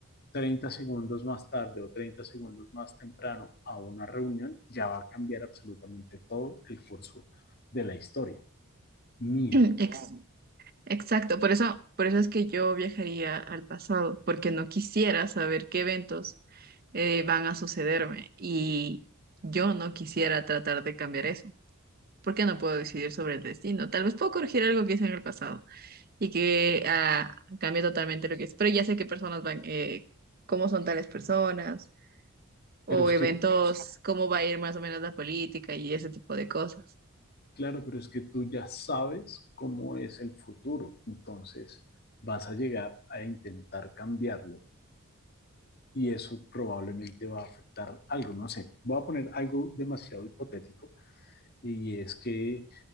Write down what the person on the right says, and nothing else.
<clears throat> Ex- exacto, por eso, por eso es que yo viajaría al pasado, porque no quisiera saber qué eventos eh, van a sucederme y yo no quisiera tratar de cambiar eso. Por qué no puedo decidir sobre el destino. Tal vez puedo corregir algo que hice en el pasado y que ah, cambie totalmente lo que es, pero ya sé qué personas van, eh, cómo son tales personas o
eventos,
cómo va a ir más o menos la política y ese tipo de cosas.